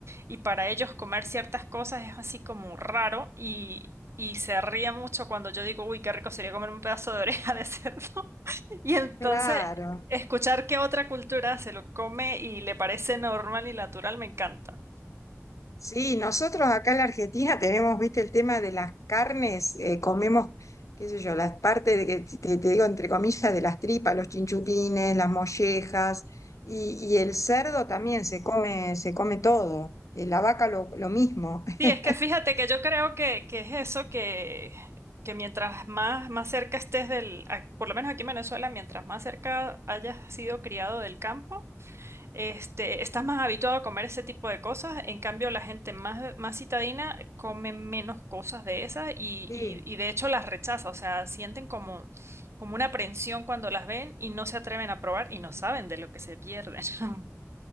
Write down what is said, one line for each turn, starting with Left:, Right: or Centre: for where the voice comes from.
Right: y para ellos comer ciertas cosas es así como raro y... Y se ríe mucho cuando yo digo, uy, qué rico sería comer un pedazo de oreja de <laughs> cerdo. Y entonces,
Left: claro.
Right: escuchar que otra cultura se lo come y le parece normal y natural me encanta.
Left: Sí, nosotros acá en la Argentina <laughs> tenemos, viste, el tema de las carnes, eh, comemos, qué sé yo, las partes de que te, te digo entre comillas de las tripas, los chinchulines, las mollejas, y, y el cerdo también se come, se come todo, eh, la vaca lo, lo mismo. <laughs>
Right: Sí, es que fíjate que yo creo que, que es eso que, que mientras más, más cerca estés del, a- por lo menos aquí en Venezuela, mientras más cerca hayas sido criado del campo, este, estás más habituado a comer ese tipo de cosas. En cambio, la gente más, más citadina come menos cosas de esas y,
Left: Sí.
Right: y- y de hecho las rechaza. O sea, sienten como, como una aprensión cuando las ven y no se atreven a probar y no saben de lo que se pierden. <laughs>